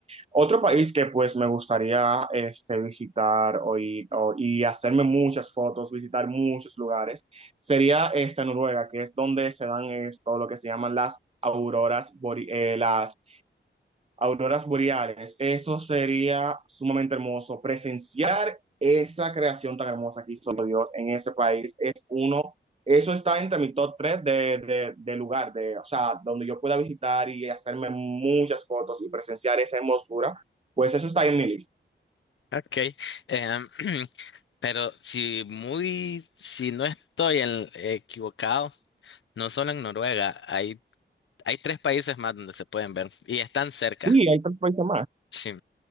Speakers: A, on the right; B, on the left.
A: Otro país que pues me gustaría este, visitar o ir- o- y hacerme muchas fotos, visitar muchos lugares, sería esta Noruega, que es donde se dan esto, lo que se llaman las auroras, bore- eh, las auroras boreales. Eso sería sumamente hermoso. Presenciar esa creación tan hermosa que hizo Dios en ese país es uno, eso está entre mi top 3 de, de, de lugar, de, o sea, donde yo pueda visitar y hacerme muchas fotos y presenciar esa hermosura. Pues eso está en mi lista.
B: Ok. em, <clears throat> pero si muy, si no estoy en- equivocado, no solo en Noruega, hay, hay tres países más donde se pueden ver y están cerca.
A: Sí, hay otros países más.
B: Sí,